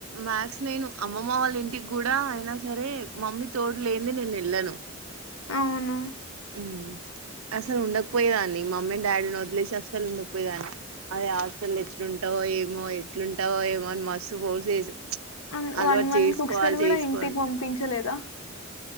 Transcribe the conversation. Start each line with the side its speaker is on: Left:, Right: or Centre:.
Right: మ్యాక్స్ నేను అమ్మమ్మ వాళ్ళ ఇంటికి కూడా అయినా సరే మమ్మీ తోడు లేంది నేను వెళ్ళను
Left: అవును
Right: ఉమ్ అసలు ఉండకపోయేదాన్ని మమ్మీని డాడీని వదిలేసి అస్సలు ఉండకపోయేదాన్ని అదే అసలు ఎట్లుంటావు ఏమో ఎట్లుంటావో ఏమో అని మస్తు ఫోర్స్ చేసి
Left: హ
Right: అలవాటు
Left: వన్ మంత్
Right: చేసుకోవాలి
Left: ఒకసారి కూడా
Right: చేసుకోవాలి
Left: ఇంటికి పంపించలేదా